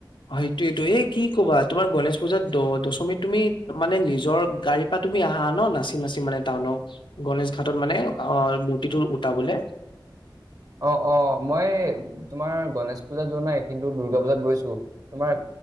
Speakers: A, on the left; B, on the right.
A: সেটোয়টো এ কি কবা তোমাৰ গণেশ পূজাত দ দশমিত তুমি মানে নিজৰ গাড়ীৰ পৰা তুমি আহা ন নাচি নাচি মানে টাউনক। গনেেশ ঘাটত মানে অ' মূৰ্তিটো উটাবলৈ।
B: অ' অ' মই তোমাৰ গণেশ পূজা যোৱা নাই। কিন্তু দুূৰ্গা পূজাত গৈছো। তোমাৰ